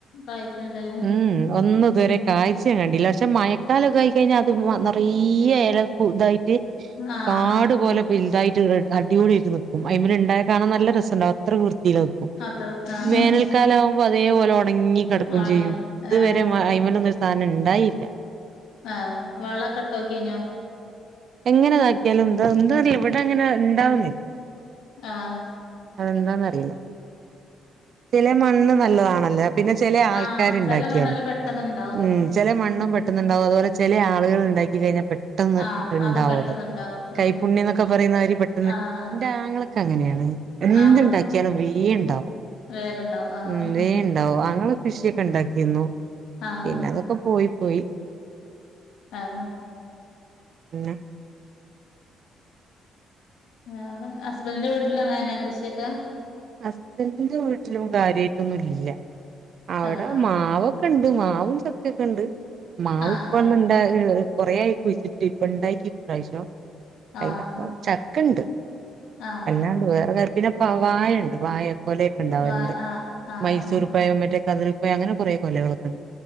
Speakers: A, on the left; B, on the right.
A: കായ്ക്കണില്ലല്ലേ
B: ഉം ഒന്നുമിതുവരെ
A: ഉം
B: കയ്ച്ച കണ്ട പക്ഷെ മഴക്കാലൊക്കെ ആയി കഴിഞ്ഞാൽ അത് നിറയ ഇല പുതുതായി
A: ആഹ്
B: കാട്
A: ആഹ്
B: പോലെ വലുതായിട്ട് അടിപൊടിയട്ട് നക്കും അതിമ ഉണ്ടായ കാണാൻ നല്ല രസംുണ്ടാവ വിർത്തിയിൽ ക്കും
A: അത് ആഹ്
B: വേനൽകാലമാകുമ്പോ അതേപോലെ ഉണങ്ങി ഉടങ്ങി കിടക്കും
A: ആണെ
B: ചെയ്യും ഇതുവരെ
A: ആഹ്
B: അ്മനൊന്നും ഒരു സാധനം ഇണ്ടായില്ല
A: ആഹ് വളകോട്ടോകിനോ
B: എങ്ങനെതാക്കിയാലും എന്താ എന്താറ ഇവിടെ അങ്ങനെ ഇണ്ടാവുന്നില്ല
A: ആഹ്
B: അതെന്താന്നറിയില്ല ചില മണ്ണ് നല്ലതാണല്ലേ പിന്നെ ചെല ആൾക്കാർ
A: ആഹ്
B: ഇണ്ടാക്കിയാലും
A: ചെല മണ്ണില് പെട്ടെന്ന്ണ്ടാവും
B: ഉം ചില മണ്ണും
A: ഉം
B: പെട്ടന്ന്ണ്ടാകും അതുപോലെ ചില ആളുകൾ ഇണ്ടാക്കി കഴിഞ്ഞ പെട്ട് പെട്ടെന്ന്
A: ആഹ്
B: ഇണ്ടാവത്
A: അതും പെട്ടെന്ന്ണ്ടാവും
B: കൈപുണ്യം
A: ഉം
B: എന്നൊക്കെ പറയുന്നവര് പെട്ടെന്ന്
A: ആഹ്
B: ഇന്റെ ആങ്ങള ക് അങ്ങനെയാണ് എന്തുണ്ടാക്കിയാലും
A: ആഹ്
B: വേ ഇണ്ടാവും
A: വേഗണ്ടാവും ആഹ്
B: ഉം വേ ഇണ്ടാവോ അങ്ങള കൃഷിയൊക്കെ ഇണ്ടാക്കിനു
A: ആഹ്
B: പിന്നെ അതൊക്കെ പോയി പോയി
A: ആഹ്
B: ഉം
A: വേറെ ഹസ്ബന്റെ വീട്ടിലങ്ങനെ കൃഷിയൊക്കെ
B: ഹസ്ബന്റിന്റെ വീട്ടിലും കാര്യായിട്ടൊന്നും ഇല്ല അവിടെ
A: ആഹ് ആഹ്
B: മാവൊക്കണ്ട് മാവും ചക്കെക്കണ്ട് മാവ്
A: ആഹ്
B: ഇപ്പോന്ന്ണ്ടായെള്ളത് കൊറെ ആയി കുഴിച്ച്ട്ട് ഇപ്പണ്ടായ്ക്കി ഇപ്രാവശ്യം
A: ആഹ് ആഹ്
B: അല്ലപ്പം ചക്കണ്ട്
A: ആഹ്
B: എല്ലാണ്ട് വേറെ <unintelligible> വാഴണ്ട് വാഴെ കൊലയൊക്കെ ഇണ്ടാവല്ണ്ട്
A: വാ ആഹ് ആഹ്
B: മൈസൂർ
A: ആഹ്
B: പഴം <unintelligible> കതിര് പഴം അങ്ങനെ കൊറെ കൊലകളൊക്കണ്ട്